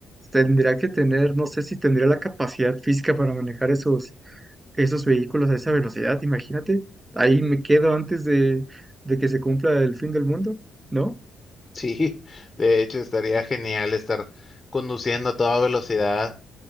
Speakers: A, on the right (about 15°); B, on the left (about 20°).
A: Tendría que tener, no sé si tendría la capacidad física para manejar esos, esos vehículos a esa velocidad, imagínate, ahí me quedo antes de, de que se cumpla el fin del mundo, ¿no?
B: Sí, de hecho estaría genial estar conduciendo a toda velocidad